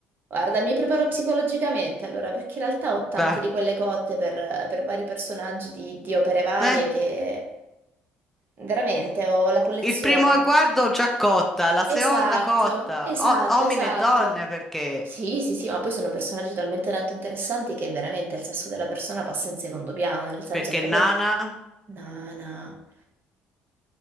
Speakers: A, on the right (about 50°); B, in the centre.
A: Guarda, mi preparo psicologicamente allora, perché in realtà ho tante
B: Beh,
A: di quelle cotte per, per vari personaggi di, di opere varie
B: eh,
A: che veramente ho la collezione.
B: il primo guardo già cotta, la seconda
A: Esatto,
B: cotta,
A: esatto,
B: O- uomini
A: esatto.
B: e donne perché?
A: Sì, sì, sì, ma poi sono personaggi talmente tanto interessanti che veramente il sesso della persona passa in secondo piano, nel senso
B: Perché
A: è proprio...
B: Nana?
A: No, no,